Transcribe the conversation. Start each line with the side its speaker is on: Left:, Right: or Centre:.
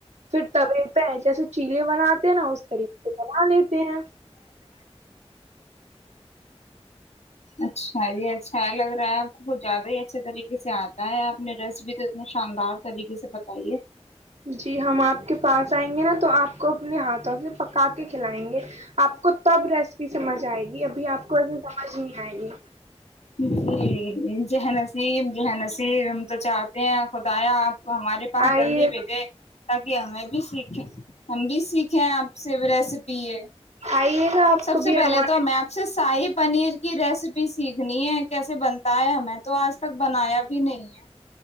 Right: پھر تے پہ ہے جیسے چیلے بناتے ہیں نا اس طریقے سے بنا لیتے ہیں
Left: اچھا ہے اچھ بہ لگ رہا ہے آ کو کچت زیادہ ہے اچھے طریقے سے آتا ہے آپ نے رس بھی تو اتنے شاندار طریقے سے بتائی ہوں
Right: جی ہم آپ کے پاس آئیں گے نا تو آپ کو اپنے ہاتھوں سے پکا کے کھلائیں گے آپ کو تب ریسیپی سمجھ آئے گی ابھی آپ کو ایسیے سمجھ نہیں آئے گی
Left: جی جہنصیب زہنا ج ہم تو چاہتے ہیں خدایا آپ کو ہمارے پاس
Right: آئیے
Left: جلدی بھیجے تاکہ ہمیں بھی سیکھیں ہم بھی سیکھیں آپ سے ریسیپی ہے
Right: آئیے گا آپ
Left: سب
Right: کو
Left: سے
Right: بھی
Left: پہلے
Right: ہمارے
Left: تو میں آپ سے صاحب پنیر کی ریسیپی سیکھ کیسے بنتا ہے ہمیں تو آج تک بنایا بھی نہیں ہے